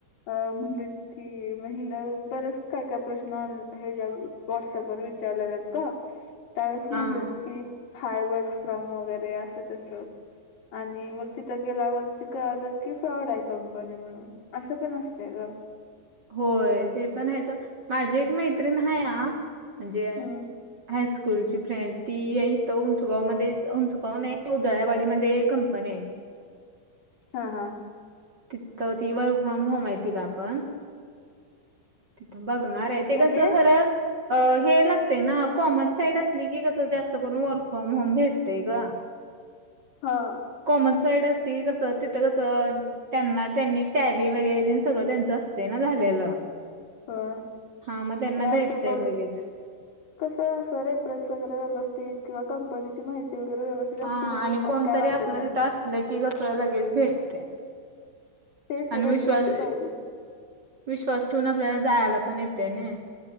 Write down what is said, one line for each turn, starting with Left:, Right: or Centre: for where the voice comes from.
Left: अ म्हणली की म हीन बरच काय काय प्रश्न हेज्या व्हॉट्सअपवर विचारलेलेत गं त्यावेळेस म्हणलेत
Right: हा
Left: की हाय वर्क फ्रॉम वगैरे असं तसं आणि मग तिथं गेल्यावर ते कळलं की फ्रॉड आहे कंपनी म्हणून असं पण असतंय ग
Right: होय ते पण आहेच माझी एक मैत्रिण हाया म्हणजे
Left: हम्म
Right: हायस्कूलची फ्रेंड ती इथं उंचगाव मध्येच उंचगाव नाही उजळायवाडीमधे कंपनी आहे.
Left: हा, हा.
Right: तीथ ती वर्क फ्रॉम होम आहे तिला पण तिथं बघणार आहे ते
Left: म्हणजे
Right: कसं खरं अ हे लागतय ना कॉमर्स साईड आसली की कसं जास्त करून वर्क फ्रॉम होम भेटतय गं.
Left: हां.
Right: कॉमर्स साईड असती कसं तिथं कसं त्यांना त्यांनी टॅली वगैरे तेन सगळं त्यांच असतय ना झालेलं.
Left: ह
Right: हा म तेंना
Left: हे असं
Right: भेटतय
Left: बघ
Right: लगेच.
Left: कसं असं रेफ्रन्स वगैरे व्यवस्थित किंवा कंपनीची माहि ती वगैरे व्यवस्थित
Right: हा
Left: आसली कनी
Right: आणि
Left: मग
Right: कोणतरी
Left: काय वाटत
Right: आपलं
Left: नाय.
Right: तिथं असलं की कस लगेच भेटतय.
Left: तेच
Right: आणि
Left: रेफरन्स
Right: विश्वास
Left: पाहिजे
Right: विश्वास ठेवून आपल्याला जायाला पण येतय नय.